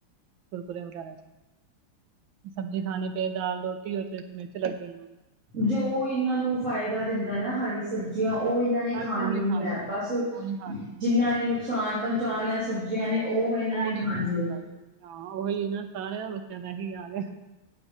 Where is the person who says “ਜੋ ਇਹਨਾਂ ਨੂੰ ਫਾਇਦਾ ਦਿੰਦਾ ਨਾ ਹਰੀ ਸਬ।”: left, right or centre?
Right